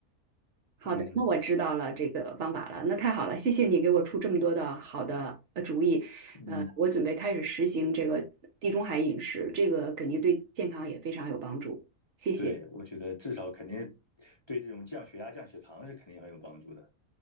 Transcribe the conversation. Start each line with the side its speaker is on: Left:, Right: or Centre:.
Right: 好的，
Left: 嗯
Right: 那我知道了这个方法了，那太好了，谢谢你给我出这么多的好的呃主意，
Left: 嗯嗯，
Right: 呃，我准备开始实行这个地中海饮食，这个肯定对健康也非常有帮助，谢谢。
Left: 对，我觉得至少肯定对这种降血压、降血糖是肯定很有帮助的。